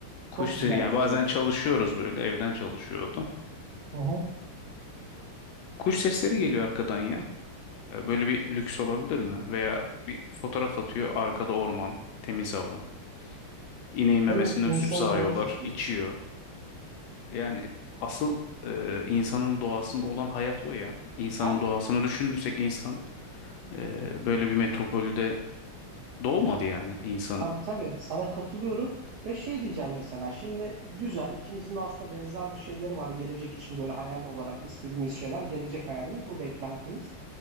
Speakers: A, on the right (about 75°); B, on the left (about 75°).
A: Çok
B: Kuş
A: güzel
B: sesi, yani
A: bir şey
B: bazen
A: ya.
B: çalışıyoruz böyle. Evden çalışıyor o da.
A: Hı hı.
B: Kuş sesleri geliyor arkadan ya. Ee, böyle bir lüks olabilir mi? Veya bir fotoğraf atıyor. Arkada orman. Temiz hava. İneğin memesinden
A: Değil mi? İnsanın
B: süt sağıyorlar.
A: canı çekiyor.
B: içiyor. Yani asıl e, insanın doğasında olan hayat o ya. İnsanın
A: Abi
B: doğasını düşünürsek insan e, böyle bir metropolde doğmadı yani insan.
A: Tabii tabii sana katılıyorum ve şey diyeceğim mesela şimdi güzel ikimizin de aslında benzer bir şeyleri var gelecek için böyle hayal olarak istediğimiz şeyler gelecek hayalimiz bu beklentimiz